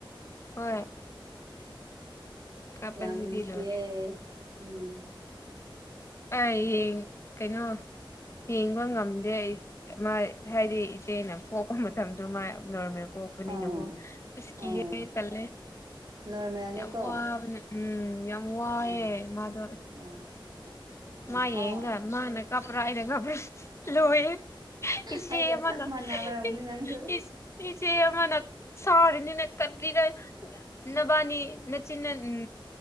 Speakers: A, on the left; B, on the right.
A: ꯍꯣꯏ ꯀꯥꯞꯄꯁꯤꯗꯤ
B: ꯌꯥꯝ ꯅꯨꯡꯁꯤꯌꯦ
A: ꯂꯣꯏꯔꯦ
B: ꯎꯝ
A: ꯑꯩ ꯌꯦꯡ ꯀꯩꯅꯣ ꯌꯦꯡꯕ ꯉꯝꯗꯦ ꯑꯩ ꯃꯥ ꯍꯥꯏꯗꯤ ꯏꯆꯦꯅ ꯄꯣꯛꯄ ꯃꯇꯝꯗꯨ ꯃꯥꯏ ꯅꯣꯔꯃꯦꯜ ꯄꯣꯛ ꯄꯅꯤꯅ
B: ꯑꯣ
A: ꯀꯣ ꯑꯁ ꯀꯤꯌꯦ
B: ꯑꯣ
A: ꯑꯩ ꯇꯜꯂꯦ,
B: ꯅꯣꯔꯃꯦꯜꯅꯤꯀꯣ
A: ꯌꯥꯝ ꯋꯥꯕꯅꯤ ꯎꯝ ꯌꯥꯝ ꯋꯥꯏꯑꯦ
B: ꯑꯣ
A: ꯃꯥꯗꯣ
B: <unintelligible>
A: ꯃꯥ
B: ꯑꯧ
A: ꯌꯦꯡꯉꯒ ꯃꯥꯅ ꯀꯞꯄꯗꯣ ꯀꯞꯄꯦ ꯂꯣꯏꯌꯦ ꯏꯆꯦ
B: ꯑꯩꯒ
A: ꯑꯃꯅ
B: ꯆꯞ ꯃꯥꯟꯅꯕꯔꯝꯅꯤ
A: <unintelligible>
B: ꯅꯪꯁꯨ
A: ꯏꯆꯦ ꯑꯃꯅ ꯁꯥꯎꯔꯤꯅꯤꯅꯦ ꯀꯔꯤꯔ ꯅꯕꯥꯟꯅꯤ ꯅꯆꯤꯟꯅ ꯎꯝ